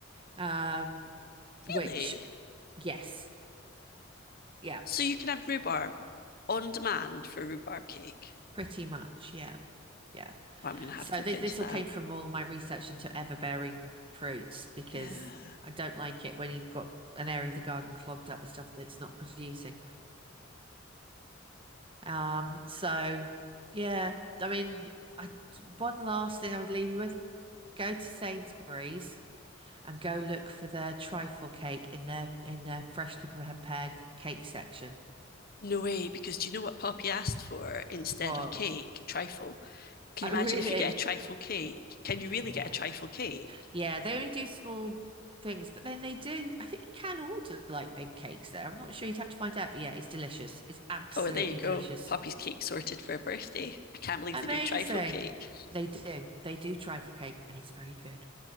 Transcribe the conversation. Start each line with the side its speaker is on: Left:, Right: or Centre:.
Right: Um, which
Left: Really?
Right: yes, yeah,
Left: So you can have rhubarb on demand for rhubarb cake.
Right: pretty much, yeah, yeah.
Left: Well, I'm going to have
Right: So
Left: to look
Right: this
Left: into
Right: this
Left: that.
Right: all came from all my research into ever-bearing fruits because
Left: Yeah.
Right: I don't like it when you've got an area of the garden clogged up with stuff that's not producing. Um, so yeah, I mean, I one last thing I would leave you with: go to Sainsbury's and go look for their trifle cake in their in their freshly prepared cake section.
Left: No way, because do you know what Poppy asked for instead
Right: What?
Left: of cake? Trifle. Can
Right: Oh,
Left: you imagine
Right: really?
Left: if you get a trifle cake? Can you really
Right: Yeah.
Left: get a trifle cake?
Right: Yeah, they only do small things, but then they do. I think you can order like big cakes there. I'm not sure you'd have to find out, but yeah, it's delicious. It's absolutely
Left: Oh, well, there you go.
Right: delicious.
Left: Poppy's cake sorted for her birthday. I can't believe
Right: Amazing.
Left: they do trifle cake.
Right: They do. They do trifle cake, and it's very good.